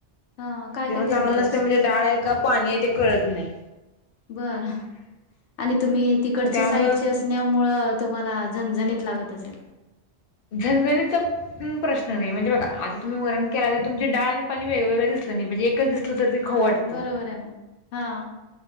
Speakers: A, on the left; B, on the left.
A: हा काय
B: जेवण
A: काय
B: चांगलं
A: देत होते
B: नसते
A: असे?
B: म्हणजे डाळ आहे का पाणी आहे ते कळत नाही.
A: बरं आणि तुम्ही तिकडचे
B: मग त्यामुळे
A: साईडचे
B: मग
A: असण्यामु तुम्हाला झणझणीत लागत असेल.
B: झनझणीचा प्रश्न नाही म्हणजे बघा आता तुम्ही वरण केला तर तुमची डाळ आणि पण वेगळा वेगळं दिसलं नाय पायजे, एकच दिसलं तर तें
A: हा
B: खाऊ वाटत.
A: बरोबर आहे ना. हा